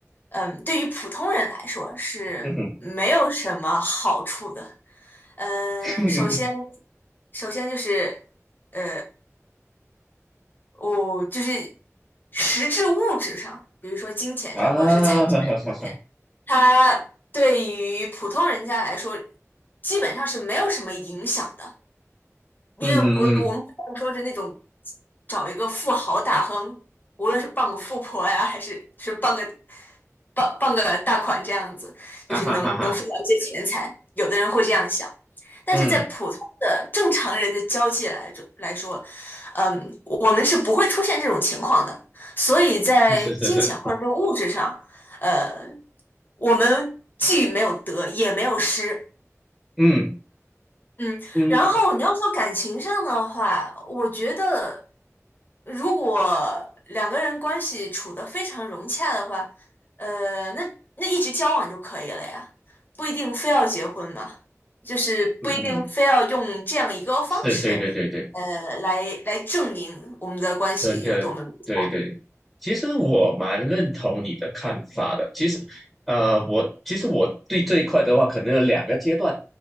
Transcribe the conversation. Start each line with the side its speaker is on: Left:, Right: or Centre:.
Left: 嗯、对于普通人来说是没有什么好处的。
Centre: 嗯哼
Left: 嗯、
Centre: 嗯哼
Left: 首先，首先就是，呃，我就是实质物质上，比如说金钱上或者是财产上。
Centre: 啊，哈哈哈哈，
Left: 它对于普通人家来说，基本上是没有什么影响的，因为我我们不像说是那种
Centre: 嗯哼嗯哼嗯，
Left: 找一个富豪大亨，无论是傍个富婆呀，还是是傍个傍傍个大款这样子，
Centre: 啊哈哈哈，
Left: 就是能能富到一些钱财，有的人会这样想。但是在普通的正常人的交际来着来说，
Centre: 嗯，
Left: 嗯，我们是不会出现这种情况的，所以在金钱或者说物质上。
Centre: 是是是，
Left: 呃，我们既没有得也没有失，
Centre: 嗯
Left: 嗯，
Centre: 嗯
Left: 然后你要说感情上的话，我觉得如果两个人关系处得非常融洽的话，呃，那那一直交往就可以了呀，不一定非要结婚嘛，就是不一定非要用这样一个方式，
Centre: 嗯嗯，是对对对对。
Left: 呃，来来证明我们的关系有多么融洽，
Centre: 那个，对对，其实我蛮认同你的看法的。其实，呃，我其实我对这一块的话，可能有两个阶段。